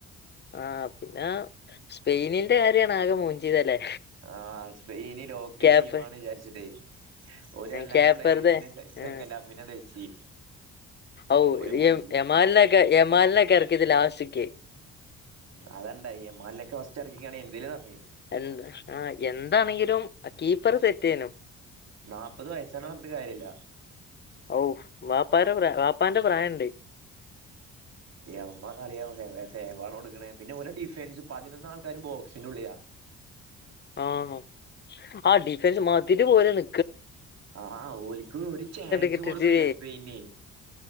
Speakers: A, on the left; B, on the right.
A: ആഹ പിന്നെ സ്പെയിനിന്റെ കാര്യാണ് ആകെ മൂഞ്ചീതല്ലേ.
B: ആ സ്പെയിനി ലോക്കല്
A: ക്യാപ്പ്
B: ടീം ആണ് വിചാരിച്ചിട്ടേ ഒരുല്ലാല
A: ക്യാപ്പ്
B: പ്ലയേഴ്‌സിന്റെ
A: വെറുതെ
B: സെ
A: ഉം.
B: സെക്കൻഡ് ഹാഫിനിടെ വെച്ച്
A: ഔ
B: ഓല് മൂഞ്ചി
A: യമാലിനെക്കെ യമാലിനെക്കെ ഇറക്കിയത് ലാസ്റ്റ് ക്കി
B: അതണ്ട എമാലിനെക്കെ ഫസ്റ്റ് ഇറക്കിക്കാണ് എന്തേലും നടന്നേനെ
A: എന്താ ആഹ് എന്താണെങ്കിലും കീപ്പറ് സെറ്റ് ചെയ്യണം
B: നാപ്പത് വയസാണ് ന്ന് പറഞ്ഞിട്ട് കാര്യമില്ല
A: ഔഹ് വാപ്പാരെ ഫ്ര ബാപ് -- പ്പാന്റെ പ്രായം
B: എമ്മ കളിയ സേവാണ് കൊടുക്കുണെ പിന്നെ ഒരേ ഡിഫൻസ് ഉം പതിനൊന്ന് ആൾക്കാരും ബോക്സിന്റെ ഉള്ളിയാ
A: ആഹ് ആ ഡിഫൻസ് മതില് പോലാണ്
B: ആഹ് ഓലിക്ക് ഒരു ചാൻസും
A: കിട്ടിട്ട്
B: കൊടുക്കണില്ല സ്പെയിൻനെ